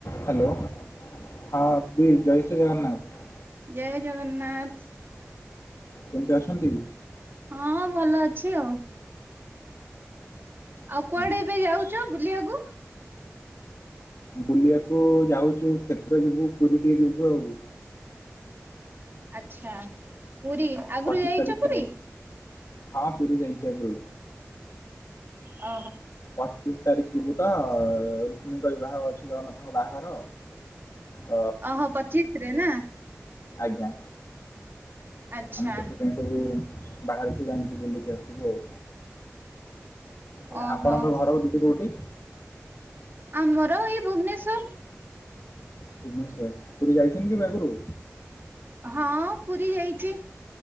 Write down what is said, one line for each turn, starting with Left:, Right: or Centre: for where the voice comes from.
Left: Hello ହଁ ବି ଜୟ ଜଗନ୍ନାଥ।
Right: ଜୟ ଜଗନ୍ନାଥ।
Left: କେମିତି ଅଛନ୍ତି?
Right: ହଁ ଭଲ ଅଛି ଆଉ।
Left: ଆଚ୍ଛା।
Right: ଆଉ କୁଆଡେ ଏବେ ଯାଉଛ ବୁଲିବାକୁ?
Left: ବୁଲିବାକୁ ଯାଉଛୁ କ୍ଷେତ୍ର ଯିବୁ ପୁରୀ ଟିକେ ଯିବୁ ଆଉ।
Right: ଆଛା ପୁରୀ ଆଗରୁ
Left: ପଚିଶ
Right: ଯାଇଛ
Left: ତାରିଖରେ
Right: ପୁରୀ?
Left: ହଁ ପୁରୀ ଯାଇଛି ଆଗରୁ।
Right: ଅ,
Left: ପଚିଶ ତାରିଖ ଯିବୁ ତ ରୁକ୍ମଣୀଙ୍କ ବିବାହ ଅଛି ଜଗନ୍ନାଥଙ୍କ ବାହାଘର ତ
Right: ଓହୋ ପଚିଶ ରେ ନା?
Left: ଆଜ୍ଞା।
Right: ଆଚ୍ଛା।
Left: ଆମେ ସେଥିପାଇଁ ସବୁ ବାହାରିଛୁ ଯାଇକି ବୁଲିକି ଆସିବୁ ଆଉ ହେଲେ
Right: ଓହୋ।
Left: ଆପଣଙ୍କ ଘରକୁ ଯିବୁ କଉଠି?
Right: ଆମର ଏଇ ଭୁବନେଶ୍ଵର।
Left: ଭୁବନେଶ୍ଵର ପୁରୀ ଯାଇଛନ୍ତି କେବେ ଆଗରୁ?
Right: ହଁ ପୁରୀ ଯାଇଛି